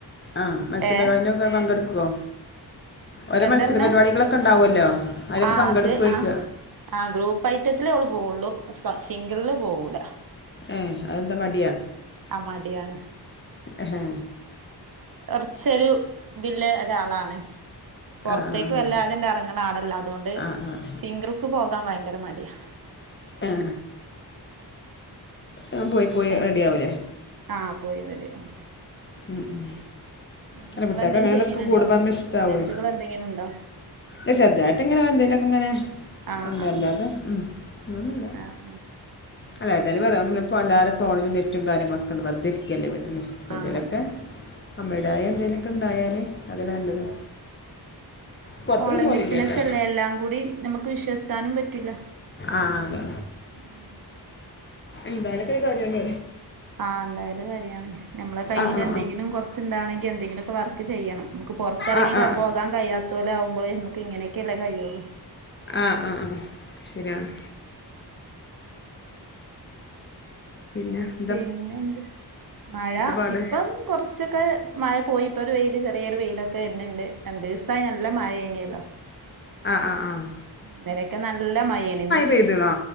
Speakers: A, on the left; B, on the right.
A: ആ മത്സര
B: ഏഹ്
A: പരുവാടി ലൊക്ക പങ്കെടുക്കോ ഓരോ
B: എന്താർഞ്ഞേ
A: മത്സര പരിപാടികളൊക്കെണ്ടാവുല്ലോ അയിലൊക്കെ
B: ആഹ്
A: പങ്കെടുക്കോയിക്ക.
B: അത് ആഹ് ആഹ് ഗ്രൂപ്പ് ഐറ്റത്തില് ഓള് പോവുള്ളു സിംഗിൾല് പോകൂല.
A: ഏ അതെന്താ മടിയാ
B: ആ മടിയാണ്.
A: എ ഹേ.
B: കൊർച്ചൊരു ഇതിള്ള ഒരാളാണ്. പൊർത്തേക്ക്
A: ആഹ് ആഹ് ആഹ്
B: വല്ലാതണ്ട് എറങ്ങണ ആളല്ല അതോണ്ട്
A: ആളല്ല
B: സിംഗിൾക്ക് പോകാൻ ഭയങ്കര മടിയാ.
A: ഏഹ്. അ പോയി
B: പിന്നെ
A: പോയി റെഡി യാവൂല്ലേ.
B: ആഹ് പോയി റെഡിയാവും.
A: ഉം ഉം
B: പിന്നെ
A: അല്ല
B: ഇങ്ങളെന്തേലും
A: കുട്ട്യേക്ക് അങ്ങനൊക്കെ
B: ചെയ്യണുണ്ടോ
A: കൂടുമ്പങ് ഇഷ്ടാവേ
B: ബിസിനസ്സുകൾ എന്തെങ്കിലും ഉണ്ടോ
A: ഏ ചെർതായിട്ട് ഇങ്ങനെ എന്തേലൊക്കിങ്ങനെ
B: ആഹ്
A: ഒള്ളല്ലാതെ
B: ആഹ്
A: ഒന്നുല്ല.
B: ആഹ് ആഹ്
A: അല്ല ഏതേലും വെരാ നമ്മ ഇപ്പോ എല്ലാരും ഫോണിലും നെറ്റും കാര്യങ്ങളെക്കെണ്ട് വെറുതെരിക്കല്ലേ വീട്ടില്. പ്പ എന്തേലൊക്കെ
B: ആഹ് അതന്നെ
A: അമ്മേടെയായ എന്തേലൊക്കെ ഇണ്ടായാല് അതല്ലേ നല്ലത്. പുറത്തൊന്നും
B: ഓൺലൈൻ
A: പോലില്ല
B: ബിസിനസ്സ്
A: കേട്ടോ
B: അല്ലേ എല്ലാം കൂടി നമുക്ക് വിശ്വസിക്കാനും പറ്റൂല.
A: ആഹ് അതെ
B: ഉം
A: എന്തായാലൊക്കെ ഒരു കാര്യാണ്
B: ആ എന്തായാലും കാര്യാണ് നമ്മള കയ്യിലെന്തെങ്കിലും
A: ആ ആ
B: കുറച്ചുണ്ടാവണെങ്കി എന്തെങ്കിലൊക്കെ വർക്ക് ചെയ്യണം നമുക്ക് പൊറത്തെറങ്ങി
A: ആ ആ ആ
B: പോകാൻ കഴിയാത്തോലാവുംമ്പള് നമുക്ക് ഇങ്ങനെയൊക്കെല്ലേ കഴിയുള്ളൂ
A: ആഹ് ആ ആ ശരിയാണ് പിന്നാ
B: പിന്നെന്ത് മഴ
A: പാട്
B: ഇപ്പം കൊറ ച്ചൊക്ക മഴ പോയി ഇപ്പൊ ഒരു വെയില് ചെറിയൊരു വെയിലൊക്കെ വെര്ന്ന്ണ്ട് രണ്ടീസായി നല്ല മഴയേനില്ലോ
A: അ അ ആഹ്
B: ഇന്നലൊക്കെ നല്ല മഴയാണ് ഇന്ന്
A: പെയ്തണോ